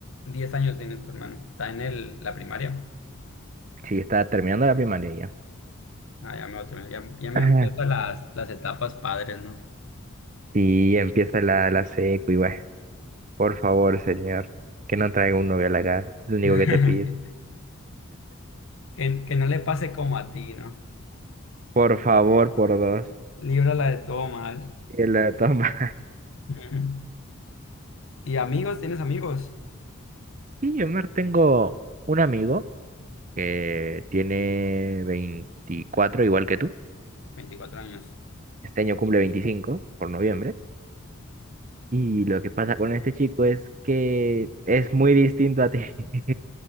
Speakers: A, on the left; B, on the right.
A: Diez años tiene tu hermano. Está en el, la primaria.
B: Sí, está terminando la primaria ya.
A: Ah, ya me voy a terminar. Ya, ya me
B: Ajá.
A: empiezan las, las etapas padres, ¿no?
B: Sí, empieza la, la secu y bueno, por favor, señor, que no traiga un novio a la casa. Es lo único
A: <laughs>
B: que te pido.
A: Que, que no le pase como a ti, ¿no?
B: Por favor, por dos.
A: Líbrala de todo mal.
B: Y él la toma.
A: <laughs> ¿Y amigos? ¿Tienes amigos?
B: Sí, Omar, tengo un amigo que tiene 24 igual que tú.
A: veinticuatro años.
B: Este año cumple 25 por noviembre. Y lo que pasa con este chico es que es muy distinto a ti, <laughs>